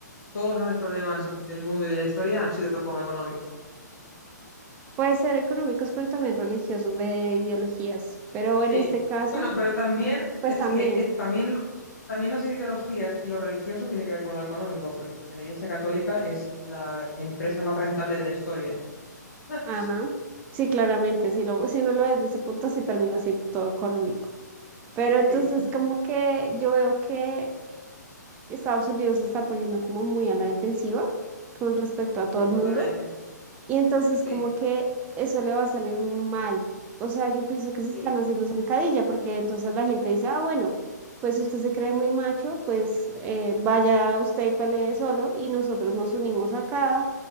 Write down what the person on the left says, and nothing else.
todos los grandes problemas del mundo y de la historia han sido por lo económico.
Sí,
bueno, pero también
es
que eh, también, lo- también las ideologías y lo religioso tiene que ver con lo económico, porque es que la Iglesia Católica es la empresa más rentable de la historia. <laughs>
Sí,
sí,
totalmente.
Sí,
sí,